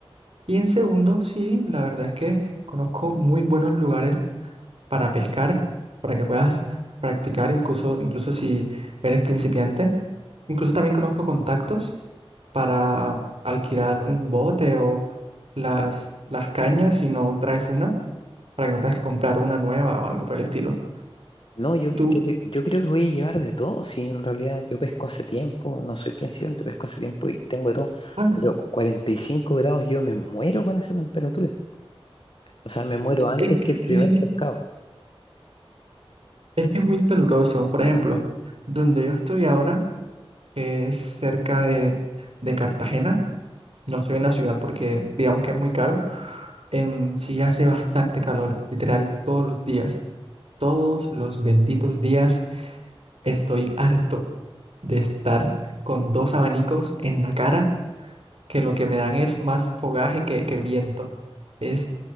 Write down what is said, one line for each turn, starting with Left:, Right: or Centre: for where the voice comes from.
Right: Y en segundo, sí, la verdad es que conozco muy buenos lugares para pescar, para que puedas practicar incluso, incluso si eres principiante. Incluso también conozco contactos para alquilar un bote o las, las cañas si no traes una para que no tengas que comprar una nueva o algo por el estilo.
Left: No, yo,
Right: Tú,
Left: yo, yo creo que voy a llevar de todo, si en realidad yo pesco hace tiempo, no soy principiante, pesco hace tiempo y tengo de todo,
Right: vale.
Left: pero 45 grados yo me muero con esa temperatura. O sea, me muero
Right: Es
Left: antes
Right: es que
Left: que el primer
Right: sí,
Left: pescado.
Right: es que es muy caluroso. Por ejemplo, donde yo estoy ahora, que es cerca de, de Cartagena, no estoy en la ciudad porque digamos que es muy caro, em, sí hace bastante calor, literal, todos los días. Todos los benditos días estoy harto de estar con dos abanicos en la cara que lo que me dan es más fogaje que, que viento. Es